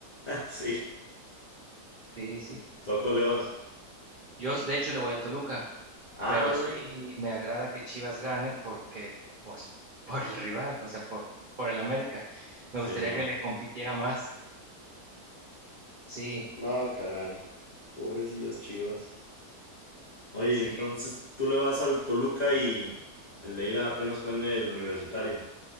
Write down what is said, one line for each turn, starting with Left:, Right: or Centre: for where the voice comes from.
Left: <laughs> sí,
Right: Sí, sí.
Left: ¿tú a cuál le vas?
Right: Yo, de hecho, le voy al Toluca,
Left: Ah,
Right: pero
Left: órale,
Right: sí me agrada que Chivas gane porque, pues, <laughs> por el rival, o sea, por, por el América. Me
Left: Simón.
Right: gustaría que le compitiera más. Sí,
Left: No, caray, pobrecillas chivas. Oye,
Right: sí.
Left: entonces tú le vas al Toluca y el de ida apenas fue en el universitario.